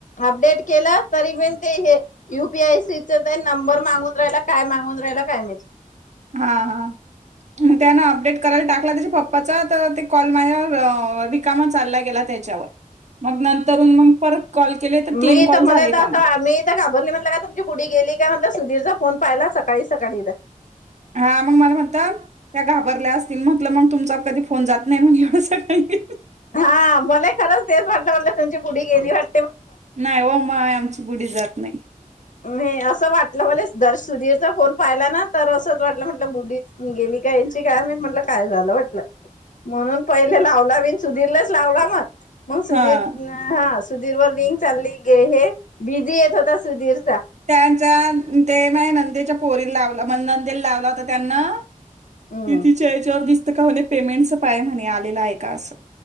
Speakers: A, on the left; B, on the right.
A: अपडेट केलं तरी पण ते हे, यूपीआयसीच ते नंबर मांगून राहिला काय मांगून <unintelligible> काय माहित
B: हा हा. आन त्यान अपडेट करायला टाकला त्याचे पप पच तर ते कॉल माया अ रिकामा चालला गेला त्याच्यावर. मग नंतरून मग परत कॉल केले तर तीन
A: मी
B: कॉल
A: त मले
B: झाले
A: त
B: त्यांना
A: असं मी तर घाबरली म्हटलं का, तुमची पुडी गी गेली काय म्हणल, सुधीरचा फोन पाहिला सकाळी सकाडील
B: हा मग मला म्हण कोण? त्या घाबरल्या असतील म्हटलं, मग तुमचा कधी फोन जात नाही मग एवढ्या सकाळी
A: हा. मले खरंच तेच वाटल, म्हणल तुमची पुढी गेली वाट
B: नाही ओ, म आमची बुढी जात नाही.
A: न्ही असं वाटलं मले दर सुधीरचा फोन पाहिला ना, तर असं वाटलं म्हट बुढीच गेल ते काय ह्यांची काय माहित म्हटलं काय झालं म्हटलं म्हणून पहिले लावला मी सुधीरलेच लावला मग. मग सुधीर
B: हा
A: हा सुधीर वर रिंग चालली, गे हे बिझी येत होता सुधीर
B: त्यांच्या ते माया नंदेच्या पोरी लावलं, माया नंदेला लावला होता त्यांना
A: हम्म
B: किती च्या ह्याच्यावर दिसत का, <unintelligible> पेमेंटचं पाय म्हणे आलेलं आहे का असं